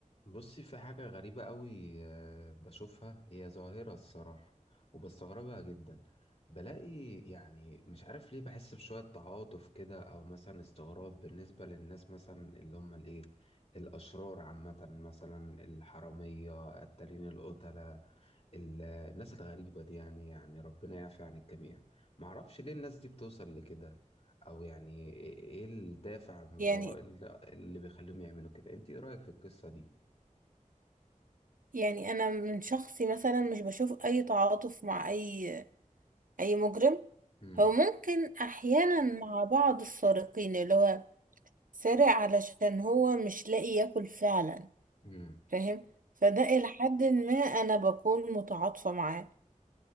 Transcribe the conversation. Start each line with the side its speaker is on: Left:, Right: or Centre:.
Left: بصي في حاجة غريبة قوي آه، بشوفها هي ظاهرة الصراحة وبستغربها جدا بلاقي يعني مش عارف ليه بحس بشوية تعاطف كده أو مثلا استغراب بالنسبة للناس مثلا اللي هم الإيه الأشرار عامة مثلا الحرامية التالين القتلة ال- الناس الغريبة دي يعني يعني ربنا يعفي عن الجميع معرفش ليه الناس دي بتوصل لكده أو يعني إيه إيه الدافع وراء
Right: يعني
Left: اللي اللي بيخليهم يعملوا كده أنت إيه رأيك في القصة دي؟
Right: يعني انا من شخصي مثلا مش بشوف اي تعاطف مع اي اي مجرم
Left: امم
Right: هو ممكن احيانا مع بعض السارقين اللي هو سارق علشان هو مش لاقي ياكل فعلا
Left: امم
Right: فاهم فده الى حد ما انا بكون متعاطفة معاه